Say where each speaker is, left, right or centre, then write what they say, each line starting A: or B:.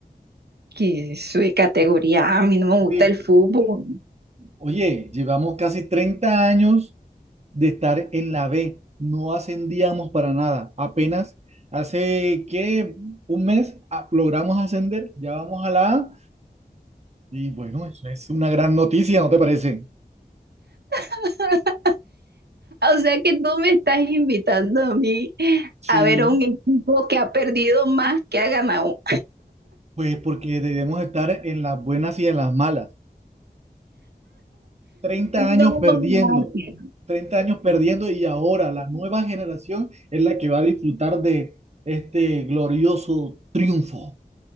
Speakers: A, on the right; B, on the right.
A: Que soy categoría A, a mí no me gusta
B: B.
A: el fútbol.
B: Oye, llevamos casi 30 años de estar en la B. No ascendíamos para nada. Apenas hace que un mes ah, logramos ascender. Ya vamos a la A. Y bueno, eso es una gran noticia, ¿no te parece?
A: <laughs> O sea que tú me estás invitando a mí
B: Sí.
A: a ver a un equipo que ha perdido más que ha ganado.
B: Pues porque debemos estar en las buenas y en las malas. treinta años
A: No,
B: perdiendo,
A: gracias.
B: 30 años perdiendo y ahora la nueva generación es la que va a disfrutar de este glorioso triunfo.